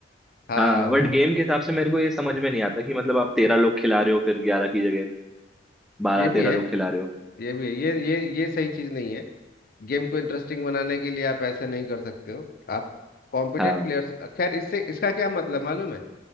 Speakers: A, on the left (about 50°); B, in the centre.
A: हाँ
B: हाँ
A: वो
B: बट गेम के हिसाब से मेरे को ये समझ में नहीं आता कि मतलब आप तेरह लोग खिला रहे हो फिर ग्यारह की जगह बारह
A: ये भी
B: तेरह
A: है
B: लोग खिला रहे हो
A: ये भी है ये ये ये सही चीज नहीं है गेम को इंटरेस्टिंग बनाने के लिए आप ऐसा नहीं कर सकते हो आप कॉम्पिटेंट
B: हाँ
A: प्लेयर्स खैर इससे इसका क्या मतलब मालूम है